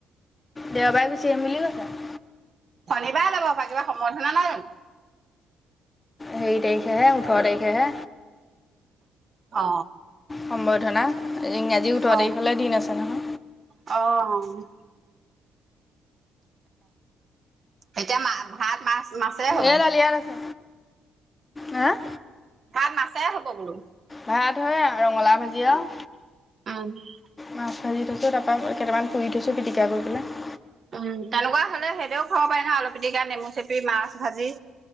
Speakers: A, on the left; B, on the right.
A: দেওবাৰে গুচি আহিম বুলি কৈছে।
B: শনিবাৰে যাব পাৰে, কিবা সম্বৰ্ধনা নাই জানো?
A: হেৰি তাৰিখেহে, ওঠৰ তাৰিখেহে।
B: অ
A: সম্বৰ্ধনা, ইংৰাজী ওঠৰ
B: অ
A: তাৰিখলে দিন আছে নহয়।
B: অ'। এতিয়া, মা ভাত মাছ মাছেৰে হ'ব
A: এইডাল ইয়াত আছে, হা'
B: ভাত মাছৰে হ'ব বোলো!
A: ভাত হৈয়া ৰঙালাও ভাজি আৰু।
B: <inaudible>
A: মাছ ভাজি থৈছোঁ তাৰপা কেটামান পুৰি থৈছোঁ পিটিকা কৰি পেলাই।
B: উম, তেনেকুৱা হ'লে <unintelligible> খাব পাৰি নহয় আলু পিটিকা নেমু চেপি মাছ ভাজি।